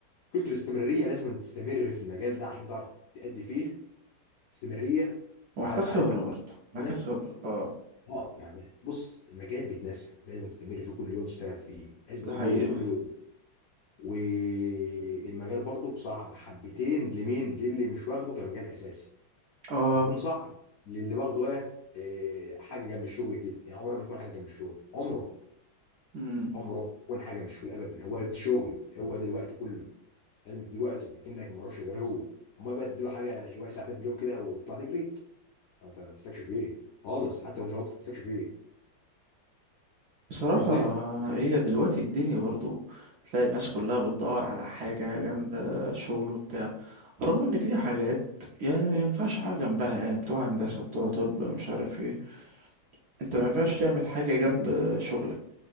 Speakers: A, on the left; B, on the right.
A: مشكلته الاستمراريه لازم تستمر في المجال ده عشان تعرف تأدي فيه استمراريه
B: ومحتاج
A: بعد ساعات
B: خبرة برضو محتاج
A: هنا
B: خبرة اه
A: اه نعم. بص المجال بيتنسى لازم تستمر فيه كل يوم تشتغل فيه لازم
B: ده
A: كل
B: حقيقة
A: يوم كل يوم والمجال برضو صعب حبتين لمين للي مش واخده كمجال اساسي
B: اه
A: هيكون صعب للي واخده ايه إيه، حاجه جنب الشغل كده يعني عمره ما يكون حاجه جنب الشغل عمره
B: مم.
A: عمره ما يكون حاجه جنب الشغل ابدا هو ده الشغل هو ده الوقت كله لازم تدي وقته اكنك ما وراكش غير هو امال بقى تديله حاجه شويه ساعتين في اليوم كده وتطلع تجري انت هتستكشف ايه خالص حتى لو مش شاطر هتستكشف ايه
B: بصراحة
A: فاهم قصدي؟
B: هي دلوقتي الدنيا برضو تلاقي الناس كلها بتدور على حاجة جنب شغله وبتاع رغم ان في حاجات يعني ما ينفعش حاجة جنبها يعني بتوع هندسة بتوع طب مش عارف ايه انت ما ينفعش تعمل حاجة جنب شغلك